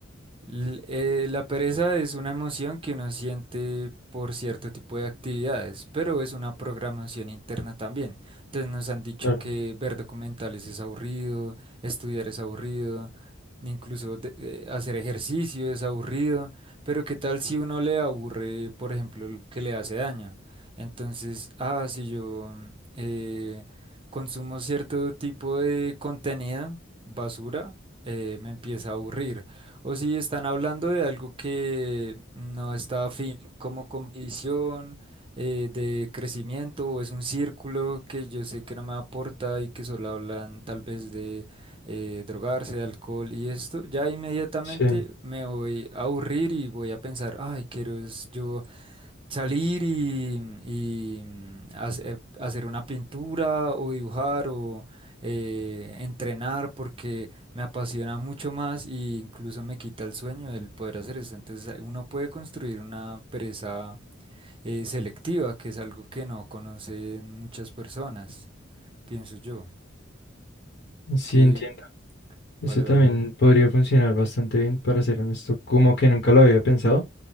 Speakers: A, on the right; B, on the left.
A: L- eh, la pereza es una emoción que uno siente por cierto tipo de actividades, pero es una programación interna también. Entonces nos han dicho
B: Claro.
A: que ver documentales es aburrido, estudiar es aburrido, incluso de- eh, hacer ejercicio es aburrido, pero ¿qué tal si uno le aburre, por ejemplo, lo que le hace daño? Entonces, ah, si yo mm, eh, consumo cierto tipo de contenido, basura, eh, me empieza a aburrir. O si están hablando de algo que no está afín como con mi visión eh, de crecimiento o es un círculo que yo sé que no me aporta y que solo hablan tal vez de eh, drogarse, de alcohol y esto, ya inmediatamente
B: Sí,
A: me voy a aburrir y voy a pensar, ay, quiero es yo salir y, y, mm, hace- eh, hacer una pintura o dibujar o eh, entrenar porque me apasiona mucho más e incluso me quita el sueño el poder hacer esto. Entonces eh, uno puede construir una pereza eh, selectiva, que es algo que no conocen muchas personas, pienso yo.
B: sí
A: Que
B: entiendo. Eso
A: vale,
B: también
A: vale.
B: podría funcionar bastante bien, para ser honesto, como que nunca lo había pensado,